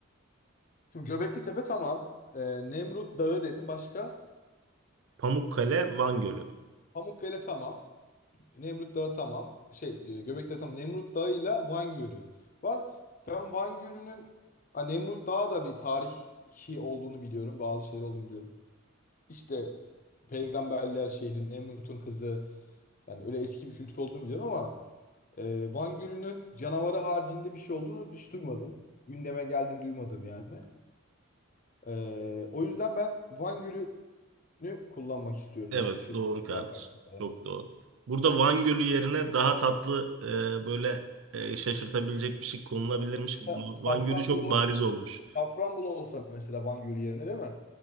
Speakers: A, on the left; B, on the right.
A: Şimdi Göbekli Tepe tamam. Ee, Nemrut Dağı dedin başka.
B: Pamukkale, Van Gölü.
A: Pamukkale tamam. Nemrut Dağı tamam. Şey e, Göbekli Tepe tamam. Nemrut Dağı ile Van Gölü var. Ben Van Gölü'nün ha, Nemrut Dağı da bir tarihi olduğunu biliyorum. Bazı şeyler olduğunu biliyorum. İşte Peygamberler şehri, Nemrut'un kızı. Yani öyle eski bir kültür olduğunu biliyorum ama Ee, Van Gölü'nün canavarı haricinde bir şey olduğunu hiç duymadım. Gündeme geldiğini duymadım yani. Ee, o yüzden ben Van Gölü'nü kullanmak istiyorum.
B: Evet,
A: Şıp,
B: doğru kardeşim.
A: laf hakkı falan.
B: Çok doğru. Burada Van Gölü yerine daha tatlı e, böyle e, şaşırtabilecek bir şey konulabilirmiş.
A: Mesela
B: Va-
A: Safranbolu,
B: Van Gölü çok bariz olmuş.
A: Safranbolu olsa mesela Van Gölü yerine değil mi?